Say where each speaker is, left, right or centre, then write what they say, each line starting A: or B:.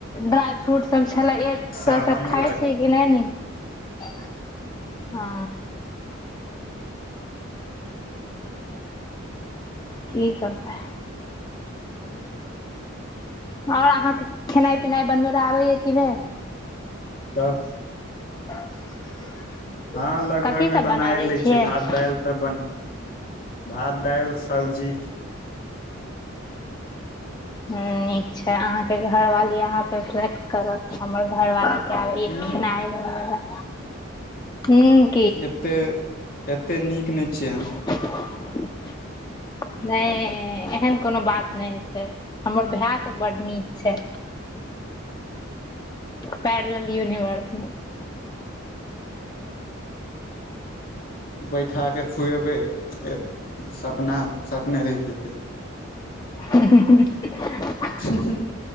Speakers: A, on the left; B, on the left.
A: ड्राइ फ्रूट सब छले एक
B: सावनो
A: सब से खाय छी कि <unintelligible> हा ठीक हवे आओर अहाँके खेनाइ पिनाइ बनबै लए आबैए कि नै
B: दस
A: <unintelligible>
B: हँ लगभग
A: कथी
B: मे
A: सब
B: बनाए
A: बना दै
B: लै
A: छियै
B: छी भात
A: ह
B: दालि तऽ बन भात दाइल सब्जी
A: ह नीक छै अहाँके घरवाली अहाँ पे फलेक्स करत हमर घरवाला के आबे या
B: उ
A: खेनाइ बनबे ल हुॅं
B: एते एते नीक नहि छियै हम
A: <unintelligible> नहि एहन कोनो बात नय छै हमर भाय सब बड नीक छै पैड मिलल यूनिवर्स मऽ
B: बैठा के खुएबै से सपना सपने रहि जेतै
A: <unintelligible>
B: <unintelligible>